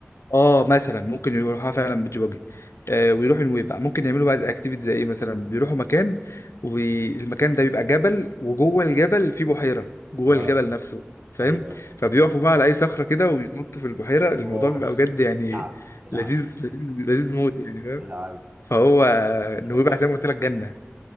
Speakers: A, on the left; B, on the right.
A: اه مثلا ممكن يروحوها فعلا بيج واجي آه ويروحوا نويبع ممكن يعملوا بقى اكتيفيتي زي ايه مثلا بيروحوا مكان والمكان ده بيبقى جبل وجوه الجبل في بحيره جوه
B: اه
A: الجبل نفسه فاهم
B: ايوه
A: فبيقفوا بقى على اي صخره كده ويتنطوا في البحيره
B: اوه
A: الموضوع بيبقى بجد يعني
B: العب العب
A: لذيذ لذيذ لذيذ موت يعني فاهم
B: العب
A: فهو
B: شوقتني
A: نويبع زي ما قلت لك جنه